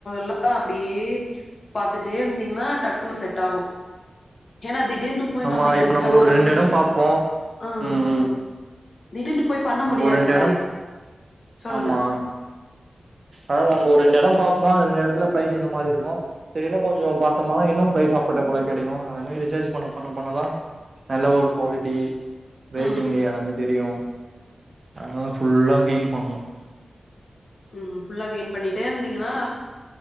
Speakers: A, on the left; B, on the right.
A: லா அப்படியே பாத்துட்டே இருந்தீங்கன்னா டக்குன்னு செட் ஆகு ஏனா திடீர்னு போய்
B: ஆமா
A: நம்ம எந்த
B: இப்ப
A: ஒரு
B: ரெண்டு இடம் பாப்போம்
A: ஆ ஆ
B: ம் ம்
A: திடீர்னு பண்ண
B: நம்ம
A: முடியாதுல்ல
B: ஒரு ரெண்டு இடம்
A: சொல்லுங்க
B: ஆமா அததாம்போ ரெண்டு எடோ பாப்போ இந்த எடத்துல பிரைஸ் இந்த மாரி இருக்கும் செரினு கொஞ்சோ பாத்தோம்மானா இன்னும் பிரைஸ் அபோர்டபுளா கெடைக்கும் அத மாரி ரிசர்ச் பண்ண பண்ண பண்ணதான் நல்ல ஒரு குவாலிட்டி ரேட்டிங்கு
A: ம்.
B: எல்லாமே தெரியும் அதனாலதா ஃபுல்லா கெயின் பண்னும்
A: உம் ஃபுல்லா கெயின் பண்ணிட்டே இருந்தீங்கன்னா